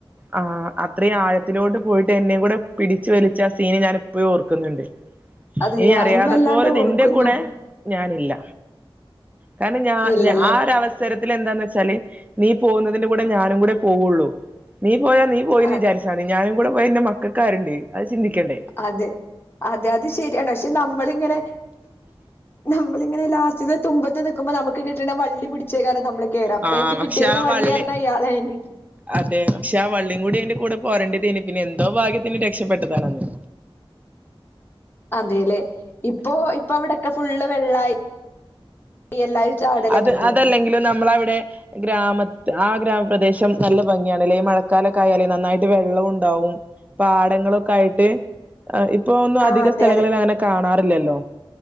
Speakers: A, on the right; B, on the left.
A: ആ അത്രയും ആഴത്തിലോട്ട് പോയിട്ട് എന്നെ കൂടെ പിടിച്ചു വലിച്ച ആ സീന് ഞാൻ ഇപ്പോഴും ഓർക്കുന്നുണ്ട്
B: അതെ
A: ഇനി
B: ഞാനും
A: അറിയാതെ
B: വല്ലാണ്ട്
A: പോലെ
B: ഓർക്കുന്നു
A: നിന്റെ കൂടെ ഞാനില്ല കാരണം ഞാൻ
B: ഇല്ലല്ലേ
A: ആരവസ സരത്തിൽ എന്താന്ന് വെച്ചാല് നീ പോകുന്നതിന്റെ കൂടെ ഞാനും കൂടെ പോവുള്ളൂ നീ പോയാ നീ പോയിന്ന്
B: അ
A: വിചാരിച്ചാ മതി ഞാനും കൂടെ പോയ എന്റെ മക്കാരുണ്ട് അത് ചിന്തിക്കണ്ടേ
B: അതെ അതെ അത് ശരിയാണ് പക്ഷെ നമ്മളിങ്ങനെ നമ്മളിങ്ങനെ ലാസ്റ്റ്ത്തെ തുമ്പത്ത് നിക്കുമ്പോ നമുക്ക് കിട്ടണ വള്ളി പിടിച്ചേ കാരം നമ്മള് കേറാ അപ്പൊ
A: ആ
B: എനിക്ക്
A: പക്ഷെ
B: കിട്ടിരിന്ന
A: ആ
B: വള്ളിറിന്ന
A: വള്ളി
B: ഇയാളെയിന്
A: അതെ പക്ഷെ ആ വള്ളിയും കൂടി അതിന്റെ കൂടെ പോരേണ്ടയ്നി പിന്നെ എന്തോ ഭാഗ്യത്തിന് രക്ഷപ്പെട്ടതാണ് അന്ന്
B: അതേലേ ഇപ്പൊ ഇപ്പ വിടൊക്കെ ഫുള്ള് വെള്ളായി എല്ലാരും ചാടലൊടങ്ങിട്ടുണ്ട്
A: അത് അതല്ലെങ്കിലും നമ്മള അവിടെ ഗ്രാമ ആ ഗ്രാമപ്രദേശം നല്ല ഭംഗിയാണ് ല്ലെ മഴക്കാലൊക്കായാല് നന്നായിട്ട് വെള്ളം ഉണ്ടാവും പാടങ്ങളൊക്കെ ആയിട്ട് ഇപ്പൊ ഒന്നും
B: ആ
A: അധിക
B: അതെ
A: സ്ഥലങ്ങളിൽ
B: അതെ
A: അങ്ങനെ കാണാറില്ലല്ലോ